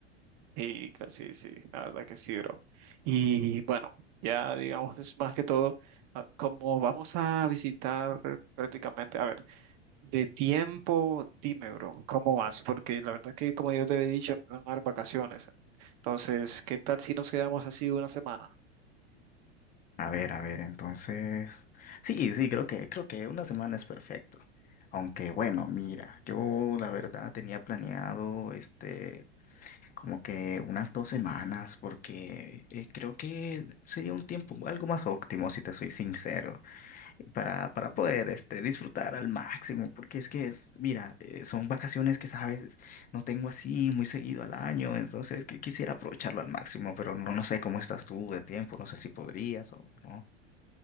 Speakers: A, on the right; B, on the left.
A: Y cla- sí, sí, la verdad que sí, bro. Y bueno, ya digamos es más que todo, ah, como vamos a visitar eh, prácticamente, a ver, de tiempo, dime, bro, ¿cómo vas? Porque la verdad que como yo te había dicho, me van a dar vacaciones. Entonces, ¿qué tal si nos quedamos así una semana?
B: A ver, a ver, entonces. Sí, sí, creo que, creo que una semana es perfecto. Aunque bueno, mira, yo la verdad tenía planeado este como que unas dos semanas, porque eh, creo que sería un tiempo algo más óptimo, si te soy sincero, para, para poder este disfrutar al máximo, porque es que es, mira, eh, son vacaciones que sabes, no tengo así muy seguido al año, entonces que quisiera aprovecharlo al máximo, pero no, no sé cómo estás tú de tiempo, no sé si podrías o no.